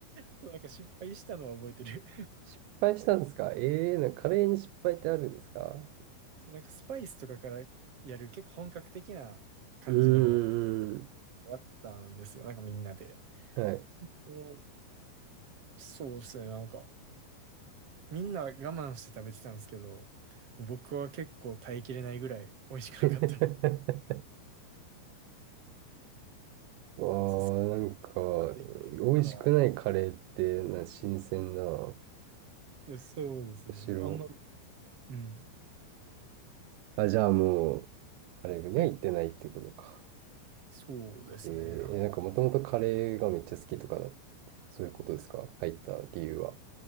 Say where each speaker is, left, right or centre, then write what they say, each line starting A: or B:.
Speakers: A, on the right; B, on the right.
A: そう、なんか失敗したのは覚えてる
B: 失敗したんですかええー、なんかカレーに失敗ってあるんですか
A: <laughs> そう、なんかスパイスとかからやる結構本格的な感じの
B: うーん。
A: 終わったんですよ。なんかみんなで。
B: はい。
A: おそうですね、なんか。みんな我慢して食べてたんですけど、僕は結構耐えきれないぐらい美味しくなかった。
B: <laughs> わあ、
A: そう、そう
B: なんか、
A: ちょっといあのは、
B: 美味しくないカレーってな、新鮮だな。
A: いやそうですね。
B: むしろ。
A: あんまり、うん。
B: <laughs> あ、じゃあもう、カレー部には行ってないってことか。
A: うん。そうですね。
B: えー、
A: あ
B: なんかもともとカレーがめっちゃ好きとかだ、そういうことですか入った理由は。